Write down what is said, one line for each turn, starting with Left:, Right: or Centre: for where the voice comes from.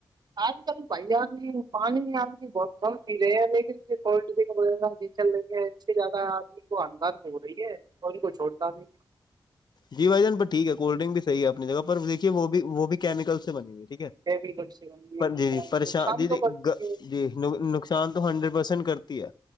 Right: آج کل بھیا نہیں پانی آدمی بہت کم پی رہے ہیں لیکن کوڈ دن ج چل رہی ہے اس سے زیادہ آدمی کو انداز سے ہو رہی ہے <unintelligible> تو کو چھوڑتا نہیں ہے
Left: جی بھائی جان ٹھیک ہے کولڈ ڈرنک بھی صح ہے اپنی جگہ پر دیکے وہ بھی وہ بھی کیمیکل سے بنی ہوئی ٹھیک ہے
Right: کیمیکل سے بنی ہے
Left: جی جی پریشان
Right: نقصان
Left: جی
Right: تو کرتی ہے
Left: جی نق <unintelligible> شان تو ہنڈریڈ پرسینٹ کرتی ہے